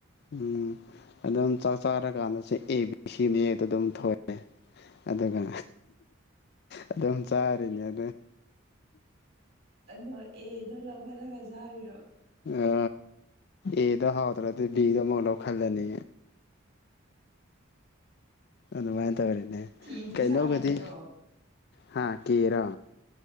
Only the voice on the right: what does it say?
ꯑꯗꯣ ꯑꯦꯗꯣ ꯂꯧꯒꯠꯂꯒ ꯥꯆꯥꯔꯤ
ꯁꯤꯗꯤ
ꯆꯥꯗꯕ꯭ꯔꯣ